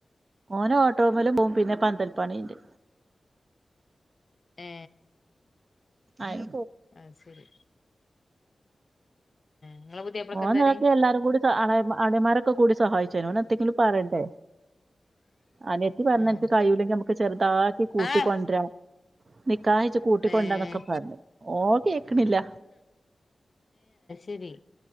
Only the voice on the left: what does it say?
ഹെ
ആഹ് ശരി ഇങ്ങളെ പുതിയാപ്ലക്ക്
എന്താണ്
ആഹ്
ആഹ്
ഏഹ്
ശെരി